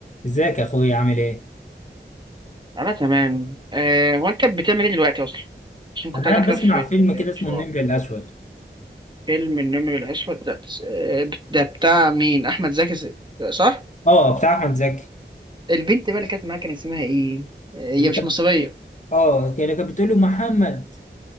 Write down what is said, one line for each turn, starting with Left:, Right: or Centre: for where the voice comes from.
Left: ازيك يا اخويا عامل ايه؟
Right: انا تمام أه هو انت بتعمل ايه دلوقتي اصلا عشان كنت
Left: انا
Right: عايز
Left: قاعد
Right: كده
Left: بسمع
Right: في
Left: فيلم
Right: في
Left: كده اسمه
Right: شو
Left: النمر الاسود
Right: فيلم النمر بالعشوة ده آه، ده بتاع مين احمد زكي س- صح
Left: اه بتاع احمد زكي
Right: البنت بقى اللي كانت معاك كان اسمها ايه آه، هي
Left: اللي
Right: مش
Left: كان
Right: مصرية
Left: اه اللي كانت بتقول له محمد